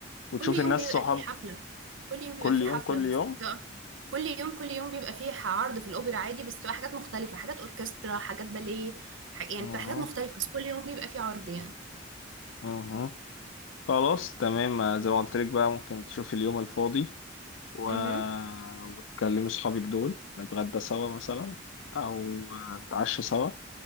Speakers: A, on the left; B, on the right.
A: وتشوف
B: كل يوم
A: الناس
B: بيبقى
A: صحاب
B: فيه حفلة كل يوم بيبقى
A: كل
B: فيه
A: يوم
B: حفلة
A: كل
B: بس
A: يوم
B: ده كل يوم كل يوم بيبقى فيه عرض في الأوبرا عادي بس بتبقى حاجات مختلفة حاجات أوركسترا حاجات باليه ح... يعني
A: اها
B: بتبقى حاجات مختلفة بس كل يوم بيبقى فيه عرض يعني
A: اها خلاص تمام زي ما قلت لك بقى ممكن تشوف اليوم الفاضي و...
B: اها
A: وتكلمي صحابك دول نتغدى سوا مثلا او نتعشى سوا